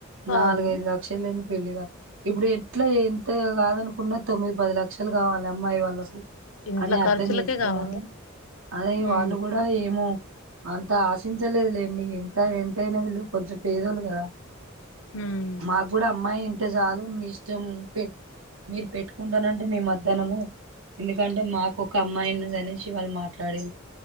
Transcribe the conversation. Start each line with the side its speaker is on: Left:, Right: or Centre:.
Left: కాదు
Right: నాలుగైదు లక్షలేని పెళ్లిగా ఇప్పుడు ఎట్లా ఎంత కాదు అనుకున్న తొమ్మిది పది లక్షలు కావాలి అమ్మాయి వాళ్ళలకు
Left: ఇంట్ల
Right: అని అర్థం
Left: ఖర్చులకే
Right: చేసుకున్నారు
Left: కావాలే
Right: అదే
Left: ఉమ్
Right: వాళ్ళు కూడా ఏమో అంత ఆశించలేదులేండి తా ఎంతైనా వీళ్ళు కొంచెం పేదోళ్లు కదా
Left: ఉమ్
Right: మాకు కూడా అమ్మాయి అంటే చాలు మీ ఇష్టం పెట్ మీరు పెట్టుకుంటానంటే మేము వద్దనము ఎందుకంటే మాకు ఒక అమ్మాయిన్నదనేసి వాళ్ళు మాట్లాడి